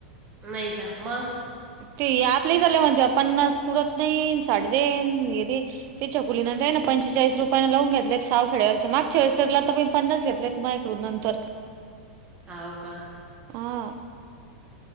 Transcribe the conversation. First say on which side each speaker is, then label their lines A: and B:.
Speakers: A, on the right; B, on the right.
A: नायका मग?
B: ते आपल्याही झाल्या म्हणते पन्नास पुरत नाहीन साडे तीन ये दे त्याच्या कुलीना दे पंचेचाळीस रुपयां लावून घेतलेत सावखेड्यावरचे मागचा वेळीस तर लता बाई पन्नास घेतलेत माझ्या कडून नंतर.
A: हावका
B: हा